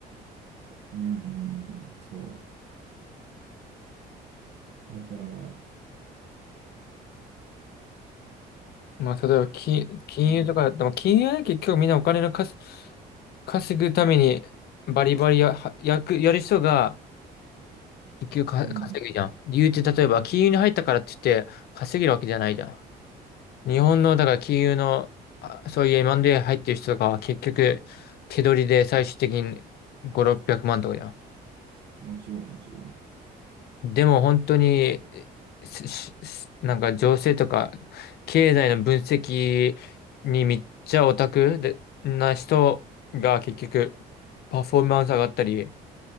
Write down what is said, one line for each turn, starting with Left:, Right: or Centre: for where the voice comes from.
Right: うんうん。うんうんうんうん。そう。だから、
Left: まあ、例えば、き、金融とかだったら、
Right: う
Left: まあ金融はね、結局みんなお金の稼、稼ぐために、バリバリや、はやく、やる人が、結局か稼ぐじゃん。
Right: ん。
Left: 理由って、例えば、金融に入ったからって言って、稼げるわけじゃないじゃん。日本の、だから金融の、あそういう M&A 入ってる人とかは、結局、手取りで最終的に5、600万とかじゃん。
Right: もちろんもちろん。
Left: でも本当に、しししなんか情勢とか経済の分析にめっちゃオタクでな人が結局パフォーマンス上がったり、